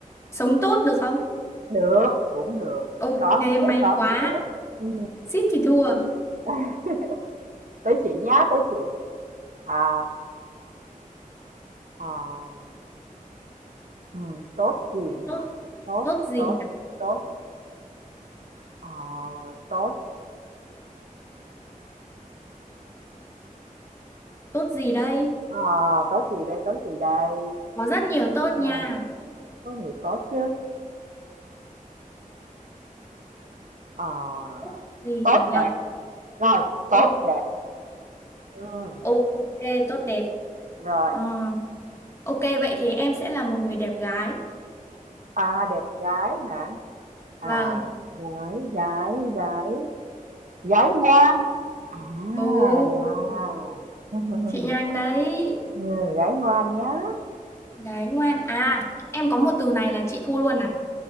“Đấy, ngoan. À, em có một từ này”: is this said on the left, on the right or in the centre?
Left